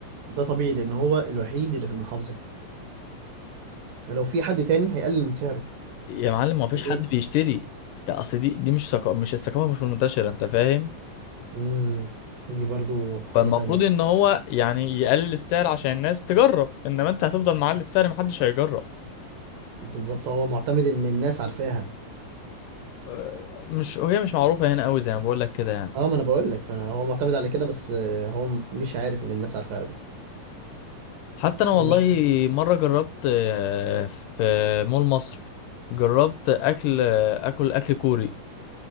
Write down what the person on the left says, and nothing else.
يا معلم ما فيش
حد بيشتري يا اصل دي دي مش ثقافة مش الثقافة مش منتشرة انت فاهم
فالمفروض
ان هو يعني يقلل السعر عشان الناس تجرب انما انت هتفضل معلي السعر محدش هيجرب
آه، مش هي مش معروفة هنا قوي زي ما بقول لك كده يعني
حتى انا والله
مرة جربت آه، في مول مصر جربت اكل آه، اكل اكل كوري